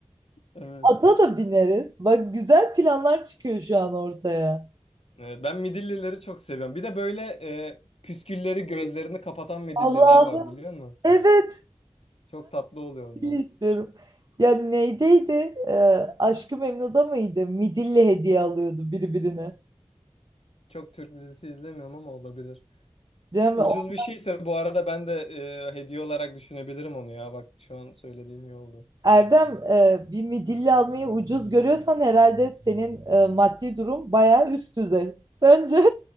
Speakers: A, on the left; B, on the right.
A: Evet.
B: Ata da bineriz. Bak güzel planlar çıkıyor şu an ortaya.
A: Evet, ben midillileri çok seviyorum. Bir de böyle e, püskülleri gözlerini kapatan midilliler
B: Allah'ım.
A: var biliyor musun?
B: Evet.
A: Çok tatlı oluyor onlar.
B: Midilli istiyorum. Ya neydeydi? Ee, Aşk-ı Memnu'da mıydı? Midilli hediye alıyordu birbirine.
A: Çok Türk dizisi izlemiyorum ama olabilir.
B: Cem,
A: Ucuz
B: o-
A: bir şeyse bu arada ben de e, hediye olarak düşünebilirim onu ya. Bak şu an söylediğin iyi oldu.
B: Erdem e, bir midilli almayı ucuz görüyorsan herhalde senin e, maddi durum bayağı üst düzey. Sence